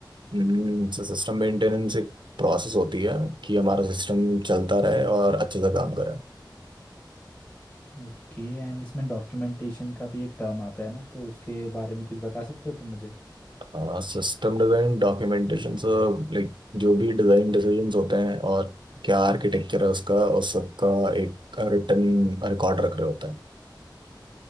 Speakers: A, on the right; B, on the left.
A: हैं सो सिस्टम मेंटेनेंस एक प्रोसेस होती है कि हमारा सिस्टम चलता रहे और अच्छे से काम करे
B: ओके एंड इसमें डॉक्यूमेंटेशन का भी एक टर्म आता है ना तो उसके बारे में कुछ बता सकते हो तुम मुझे
A: हाँ, सिस्टम डिजाइन डॉक्यूमेंटेशन सब लाइक जो भी डिजाइन डिसीजंस होते हैं और क्या आर्किटेक्चर है उसका उस सब का एक रिटर्न रिकॉर्ड रख रहे होते हैं